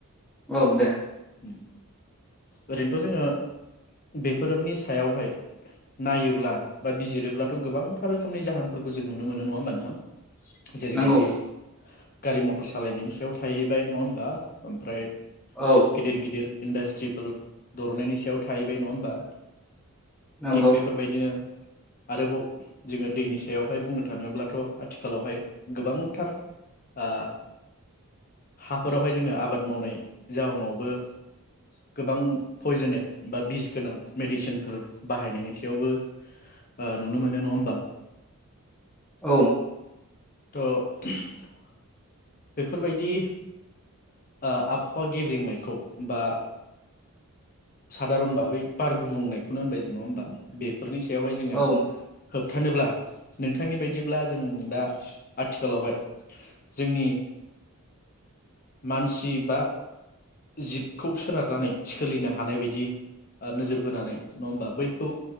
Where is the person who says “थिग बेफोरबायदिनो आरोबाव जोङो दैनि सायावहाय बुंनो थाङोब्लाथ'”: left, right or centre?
Left